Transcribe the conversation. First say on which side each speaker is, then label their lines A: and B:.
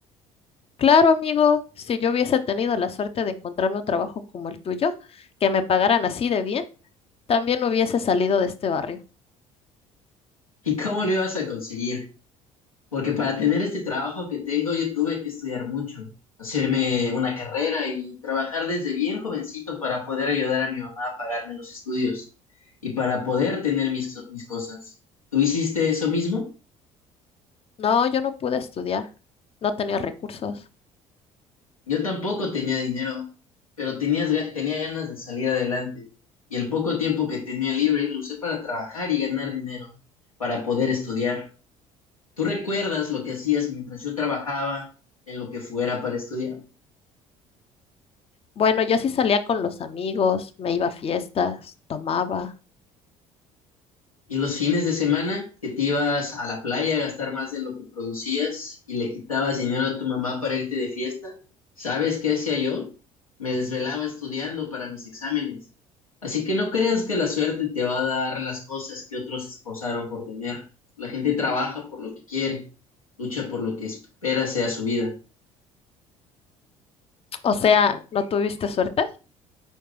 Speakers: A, on the left; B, on the left.
A: Claro, amigo, si yo hubiese tenido la suerte de encontrarme un trabajo como el tuyo, que me pagaran así de bien, también hubiese salido de este barrio.
B: ¿Y cómo lo ibas a conseguir? Porque para tener este trabajo que tengo, yo tuve que estudiar mucho, hacerme una carrera y trabajar desde bien jovencito para poder ayudar a mi mamá a pagarme los estudios y para poder tener mis, mis cosas. ¿Tú hiciste eso mismo?
A: No, yo no pude estudiar. No tenía recursos.
B: Yo tampoco tenía dinero, pero tenías, ga- tenía ganas de salir adelante y el poco tiempo que tenía libre lo usé para trabajar y ganar dinero, para poder estudiar. ¿Tú recuerdas lo que hacías mientras yo trabajaba en lo que fuera para estudiar?
A: Bueno, yo sí salía con los amigos, me iba a fiestas, tomaba.
B: Y los fines de semana que te ibas a la playa a gastar más de lo que producías y le quitabas dinero a tu mamá para irte de fiesta, ¿sabes qué hacía yo? Me desvelaba estudiando para mis exámenes. Así que no creas que la suerte te va a dar las cosas que otros se esforzaron por tener. La gente trabaja por lo que quiere, lucha por lo que espera sea su vida.
A: O sea, ¿no tuviste suerte?